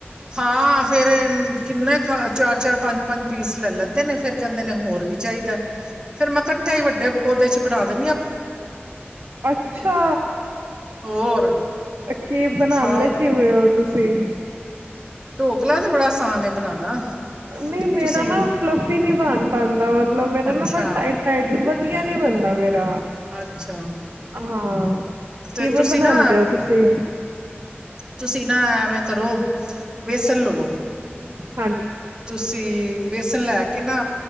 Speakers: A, on the right (about 20°); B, on the right (about 80°).
A: ਹਾਂ ਫੇਰ ਕਿੰਨੇ ਖ ਚਾਰ ਚਾਰ ਪੰਜ ਪੰਜ ਪੀਸ ਲੈ ਲੈਂਦੇ ਨੇ ਫੇਰ ਕਹਿੰਦੇ ਨੇ ਹੋਰ ਵੀ ਚਾਹੀਦਾ ਫੇਰ ਮੈਂ ਕੱਠਾ ਹੀ ਵੱਡੇ ਉਹਦੇ ਚ ਬਣਾ <unintelligible>
B: ਅੱਛਾ
A: ਹੋਰ
B: ਕੀ ਬਣਾਉਦੇ
A: ਖਾਓ
B: ਕਿਵੇਂ ਹੋ ਤੁਸੀਂ ਛੇ
A: ਢੋਕਲਾ ਤੇ ਬੜਾ ਆਸਾਨ ਹੈ ਬਣਾਉਣਾ
B: ਨਹੀਂ ਮੇਰਾ
A: ਤੁਸੀਂ
B: ਨਾ ਫਲਫੀ ਨਹੀਂੀ ਬਣ ਪਾਉਂਦਾ ਮਤਬ ਮੇਰਾ
A: ਅੱਛਾ
B: ਨਾ ਬੜ ਟਾਈਟ ਟਾਈਟ ਵਧੀਆ ਨੀ ਬਣਦਾ ਮੇਰਾ
A: ਅੱਛਾ
B: ਹਾਂ ਕਿਵੇਂ
A: ਤੇ ਤੁਸੀਂ
B: ਬਣਾਉਂਦੇ
A: ਨਾ
B: ਹੋ ਤੁਸੀਂ
A: ਤੁਸੀਂ ਨਾ ਐ ਐਵੇਂ ਕਰੋ ਵੇਸਲ ਲਵੋ
B: <inaudible>
A: ਤੁਸੀਂ ਬੇਸਨ ਲੈ ਕੇ ਨਾ